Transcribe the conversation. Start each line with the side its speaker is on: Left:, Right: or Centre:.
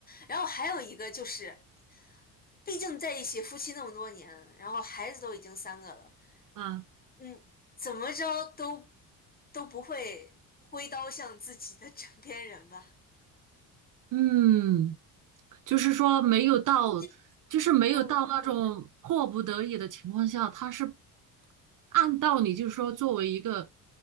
Left: 然后还有一个就是，毕竟在一起夫妻那么多年，然后孩子都已经三个了，
Right: 啊？
Left: 嗯，怎么着都都不会挥刀向自己的 <laughs> 枕边人吧。
Right: 嗯，就是说没有到，
Left: 毕
Right: 就是没有到那种迫不得已的情况下，
Left: 嗯，对
Right: 他是按道理就是说，作为一个